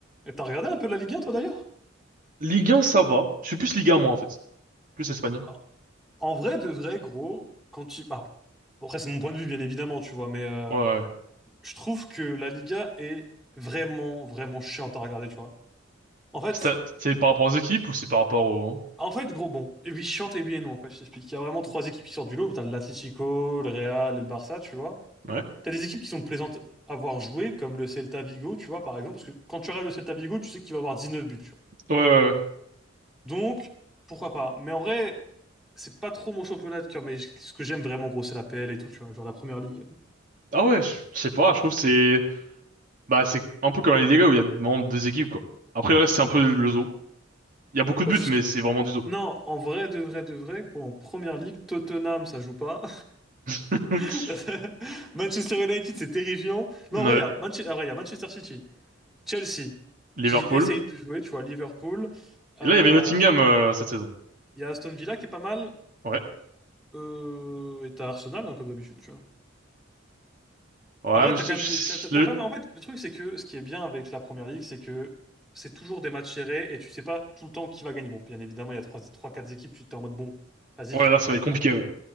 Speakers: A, in the centre; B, on the right.
A: Et t'as regardé un peu la Liga, toi, d'ailleurs?
B: Ligue 1, ça va. Je suis plus Ligue 1, moi, en fait. Plus Espagne.
A: Bah, En vrai, de vrai, gros, quand tu... Ah, bon, après, c'est mon point de vue, bien évidemment, tu vois, mais euh,
B: Ouais, ouais.
A: je trouve que la Liga est vraiment, vraiment chiante à regarder, tu vois. En fait,
B: C'est c'est par rapport aux équipes ou c'est par rapport au...
A: en fait, gros, bon, et oui, chiante et oui et non, en fait, je t'explique. Il y a vraiment trois équipes qui sortent du lot. T'as l'Atlético, le Real et le Barça, tu vois.
B: Ouais.
A: T'as des équipes qui sont plaisantes à voir jouer, comme le Celta Vigo, tu vois, par exemple, parce que quand tu regardes le Celta Vigo, tu sais qu'il va avoir 19 buts, tu vois.
B: Ouais, ouais. ouais.
A: Donc, pourquoi pas. Mais en vrai, c'est pas trop mon championnat de cœur, mais ce que j'aime vraiment, gros, c'est la PL et tout, tu vois, genre la première ligue.
B: Ah ouais, je je sais pas, je trouve que c'est... Bah, c'est un peu comme la Liga où il y a vraiment deux équipes, quoi. Après, le reste, c'est un peu le zoo. Il y a beaucoup de
A: Pas
B: buts,
A: juste.
B: mais c'est vraiment du zoo.
A: Non, en vrai, de vrai, de vrai, gros, en première ligue, Tottenham, ça joue pas.
B: <laughs>
A: <laughs> Manchester United, c'est terrifiant.
B: Ouais.
A: Mais en vrai, il y a Manche- en vrai, il y a Manchester City, Chelsea,
B: Liverpool.
A: qui essaye de jouer, tu vois, Liverpool. Euh,
B: Et là, il y avait Nottingham euh, cette saison.
A: Il y a Aston Villa qui est pas mal.
B: Ouais.
A: Euh, et t'as Arsenal, hein, comme d'habitude,
B: Ouais,
A: En vrai,
B: mais
A: t'as
B: je-
A: quand
B: je-
A: même des- t'as, t'as- t'as
B: le...
A: pas mal. En fait, le truc, c'est que ce qui est bien avec la première ligue, c'est que c'est toujours des matchs serrés et tu sais pas tout le temps qui va gagner. Bon, bien évidemment, il y a 3 trois 4 équipes, tu t'es en mode bon, vas-y
B: Ouais,
A: frère,
B: là, ça
A: euh,
B: va être
A: voilà.
B: compliqué. Ouais,